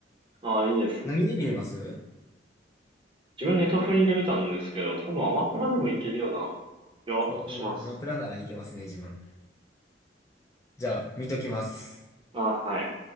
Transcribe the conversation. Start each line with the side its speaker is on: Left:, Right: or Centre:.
Right: ああ、いいですね。
Left: 何で見れます
Right: け自分ネットフリで見たんですけど、多分アマプラでもいけるような
Left: うん
Right: 気はします。
Left: お、お、アマプラならいけますね、自分。じゃあ、見ときます。
Right: あ、はい。